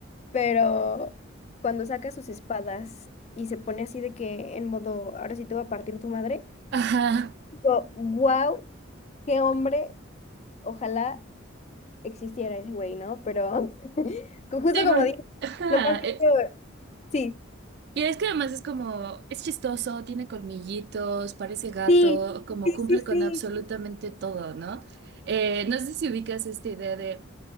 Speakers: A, on the left; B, on the right.
A: pero cuando saca sus espadas y se pone así de que en modo, ahora sí te voy a partir tu madre,
B: Ajá.
A: digo, wow, qué hombre, ojalá existiera ese güey, ¿no? Pero <laughs> co- justo
B: Sí,
A: como
B: porque.
A: digo,
B: Ajá.
A: lo más que...
B: eh,
A: Sí,
B: Y es que además es como, es chistoso, tiene colmillitos, parece gato,
A: sí,
B: como
A: sí,
B: cumple
A: sí,
B: con
A: sí,
B: absolutamente todo, ¿no? Eh, no sé si ubicas esta idea de.